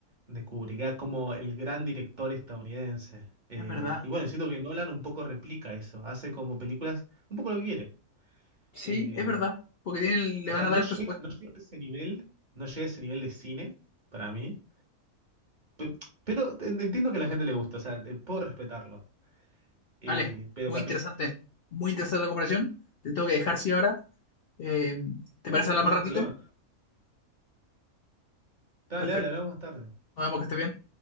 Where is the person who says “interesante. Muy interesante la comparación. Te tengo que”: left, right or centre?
Left